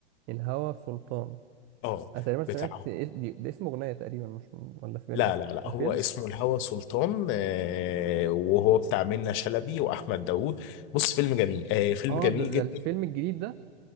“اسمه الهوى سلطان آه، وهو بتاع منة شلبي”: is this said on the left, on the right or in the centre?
Left